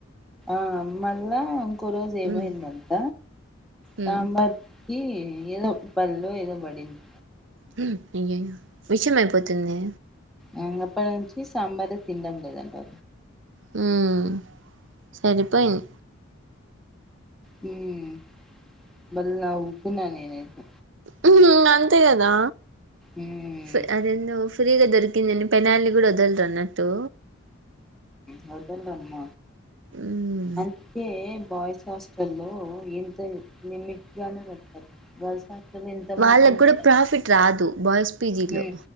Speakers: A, in the centre; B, on the right.
A: ఆ మల్లా కొరోజు ఏమైందంట
B: ఉమ్
A: సాంబార్కి
B: ఉమ్
A: ఏదో బల్లో ఏదో బడింది
B: హ్మ్ అయ్యయో విషం అయిపోతుంది
A: ఇంగ అప్పట్నుంచి సాంబారే తిండం లేదంటా
B: హుమ్ సరిపోయిను
A: హ్మ్ బల్ నవు తిన్నా నేనైతే
B: హు ఉమ్, అంతే గదా.
A: ఉమ్
B: సె అదేందొ ఫ్రీగా దొరికిందని పినాయిల్ గుడ వదల్దదు అన్నట్టు.
A: వాదల్దమ్మ
B: ఉమ్
A: అందుకే బాయ్స్ హాస్టల్లో ఇంతె లిమిట్ గానె పెడతరు, గర్ల్స్ హాస్టల్ ఎంత
B: వాళ్ళగ్గుడ
A: ఎంతైనా
B: ప్రాఫిట్ రాదు, బాయ్స్ పీజీ లో
A: ఉమ్